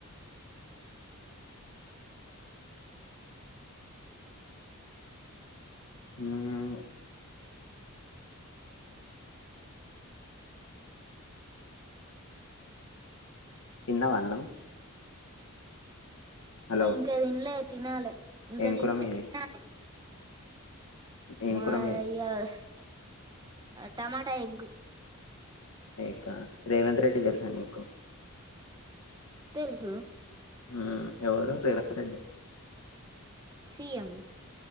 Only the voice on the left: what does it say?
ఉమ్మ్ తిన్నావా అన్నం హలో
ఏం
కూర మీది
ఏం
కూర మీది
ఇంకా రేవంత్ రెడ్డి తెలుసా నీకు
మ్మ్ ఎవరు రేవంత్ రెడ్డి